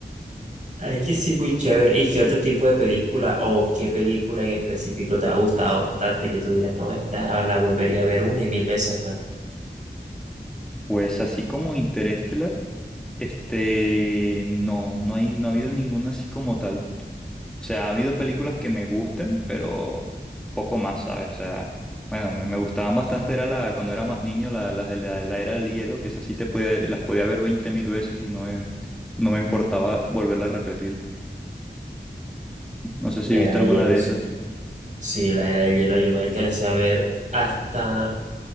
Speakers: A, on the right (about 45°); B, in the centre.
A: Ay, que sí, muy chévere. ¿Y qué otro tipo de película o qué película en específico te ha gustado bastante que tú digas, no, esta la volvería a ver una y mil veces más?
B: Pues así como Interestelar. Este, no, no hay, no ha habido ninguna así como tal. O sea, ha habido películas que me gusten, pero poco más, ¿sabes? O sea, bueno, me, me gustaban bastante, era la, cuando era más niño, la, las de la, la era del hielo, que esas sí te podía, las podía ver 20 mil veces y no me, no me importaba volverla a repetir. No sé si
A: La
B: viste
A: Era de
B: alguna
A: Hielos.
B: de esas.
A: Sí, la Era de Hielo yo me alcancé a ver hasta,